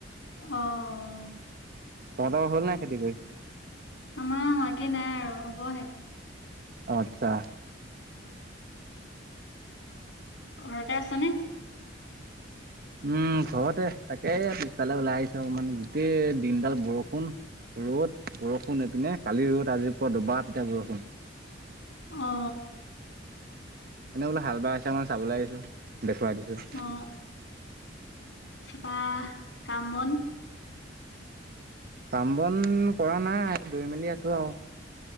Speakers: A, on the left; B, on the right.
A: অ'।
B: তহঁতৰ হ'ল নাই খেতি কৰি।
A: আমাৰ হোৱাকে নাই আৰু হ'বহে।
B: আচ্ছা।
A: ঘৰতে আছানে?
B: উম, ঘৰতে তাকে পিছফালে ওলাই আহিছোঁ অকমান গোটেই দিনডাল বৰষুণ। ৰ'দ বৰষুণ এইপিনে কালি ৰ'দ আজিৰ পুৱা পৰা দবা পিটা বৰষুণ।
A: অ'।
B: এনেই বোলো হাল বাই হৈছে মই চাবলৈ আহিছোঁ দেখুৱাই দিছোঁ।
A: অ বা কাম বন।
B: কাম বন কৰা নাই দৈ মেলি আছোঁ আৰু।